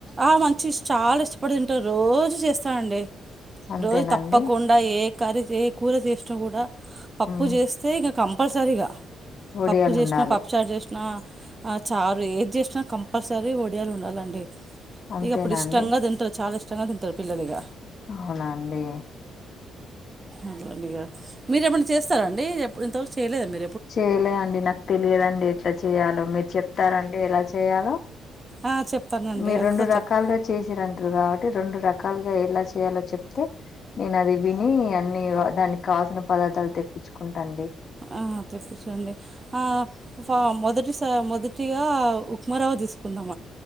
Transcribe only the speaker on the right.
ఆ మంచి చాలా ఇష్టపడి తింటరు రోజు చేస్త అండి
రోజు తప్పకుండా ఏ కర్రీ ఏ కూర చేసినా కూడా పప్పు
చేస్తే ఇగ కంపల్సరీగా
పప్పు చేసినా
పప్పుచారు చేసినా ఆ చారు ఏది చేసినా కంపల్సరీ ఒడియాలు ఉండాలండి
ఇగ అప్పుడు ఇష్టంగా
తింటారు చాలా ఇష్టంగా తింటారు పిల్లలు ఇగ
అట్లండి ఇగ మీరు ఏమనా చేస్తారా అండి ఇంతవరకు చేయలేదా మీ
ఆ, చెప్తానండి
ఒకసారి
చెప్
ఆ ఆ తెప్పిచండి ఆ ఫా మొదటిస మొదటిగా ఉప్మా రావా తీసుకుందామ